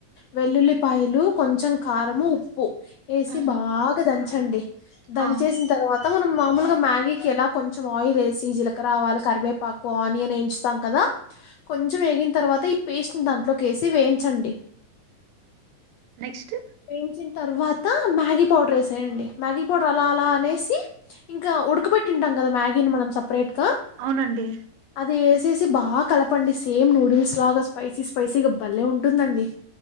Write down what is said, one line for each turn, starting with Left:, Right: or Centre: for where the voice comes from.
Left: వెల్లుల్లిపాయలు కొంచెం కారము ఉప్పు వేసి
Right: ఉమ్,
Left: బాగా దంచండి దన్చేసిన
Right: ఆ
Left: తర్వాత మనం మామూలుగా మ్యాగీ ఎలా కొంచెం ఆయిల్ వేసి జీలకర్ర ఆవాలు కరివేపాకు ఆనియన్ వేయించుతాం కదా కొంచెం వేగిన తర్వాత ఈ పేస్ట్ ని దాంట్లోకి వేసి వేయించండి
Right: నెక్స్ట్
Left: వేయించిన తర్వాత మ్యాగీ పౌడర్ వేసేయండి మ్యాగీ పౌడర్ అలా అలా అనేసి ఇంకా ఉడకబట్టింటాం కదా మ్యాగీని మనం సపరేట్ గా
Right: అవునండి
Left: అది వేసేసి బా కలపండి సేమ్ నూడిల్స్లాగా స్పైసీ స్పైసీగా భలే ఉంటుందండి